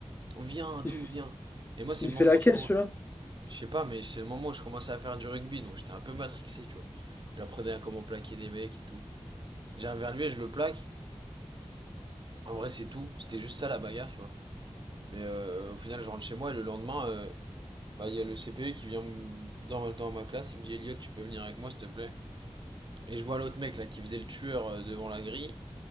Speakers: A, on the right (about 45°); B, on the left (about 20°).
A: viens,
B: Il,
A: tout,
B: f-
A: viens. Et moi, c'est
B: il
A: le moment
B: fait laquelle,
A: où je commence.
B: celui-là?
A: Je sais pas, mais c'est le moment où je commençais à faire du rugby, donc j'étais un peu matrixé, tu vois. J'apprenais à comment plaquer des mecs et tout. J'arrive vers lui et je le plaque. En vrai, c'est tout. C'était juste ça la bagarre, tu vois. Mais euh, au final, je rentre chez moi et le lendemain, euh, bah, il y a le CPE qui vient m- dans, dans ma classe. Il me dit Elliot, tu peux venir avec moi, s'il te plaît. Et je vois l'autre mec là qui faisait le tueur euh, devant la grille,